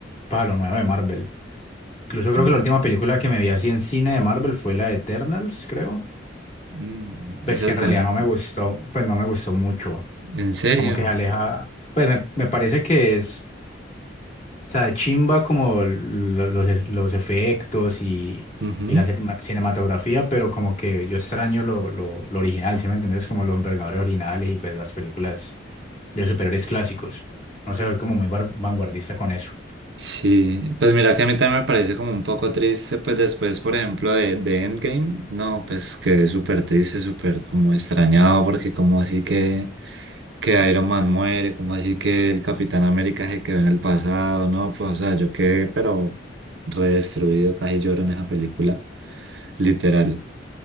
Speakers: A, on the left; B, on the right.
A: para lo nuevo de Marvel. Incluso creo
B: Mm.
A: que la última película que me vi así en cine de Marvel fue la de Eternals, creo.
B: Mm,
A: Pues
B: Esa
A: que
B: es
A: en
B: buena.
A: realidad no me gustó, pues no me gustó mucho.
B: ¿En serio?
A: Como que se aleja, pues me, me parece que es O sea, de chimba como lo- los, e- los efectos y,
B: Ujú.
A: y la cetma- cinematografía, pero como que yo extraño lo, lo, lo original, ¿sí me entendés? Como los envergadores originales y pues las películas de los superiores clásicos. No sé, soy como muy var- vanguardista con eso.
B: Sí, pues mira que a mí también me parece como un poco triste, pues después, por ejemplo, de, de Endgame, no, pues quedé súper triste, súper como extrañado, porque como así que, que Iron Man muere, como así que el Capitán América se quedó en el pasado, no, pues o sea, yo quedé pero redestruido, casi lloro en esa película, literal.